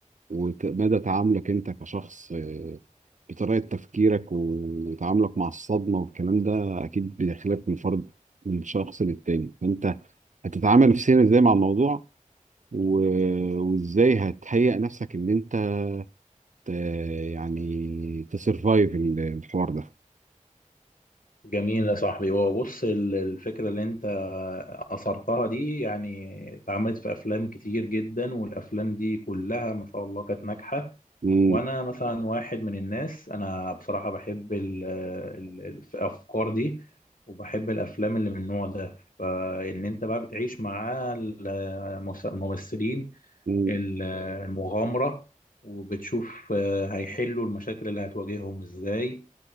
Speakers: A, on the right; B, on the left.
A: ومدى تعاملك انت كشخص آه، بطريقة تفكيرك وتعاملك مع الصدمة والكلام ده أكيد بيختلف من فرد من شخص للتاني فأنت هتتعامل نفسيا ازاي مع الموضوع و- وازاي هتهيئ نفسك ان انت ت- يعني تسرفايف ال- الحوار ده
B: جميل يا صاحبي هو بص ال- الفكرة اللي انت أثرتها دي يعني اتعملت في أفلام كتير جدا والأفلام دي كلها ما شاء الله كانت ناجحة
A: مم.
B: وأنا مثلا واحد من الناس أنا بصراحة بحب ال- ال- الأفكار دي وبحب الأفلام اللي من النوع ده فإن أنت بقى بتعيش مع المس- الممثلين
A: مم.
B: ال- المغامرة وبتشوف آه، هيحلوا المشاكل اللي هتواجههم ازاي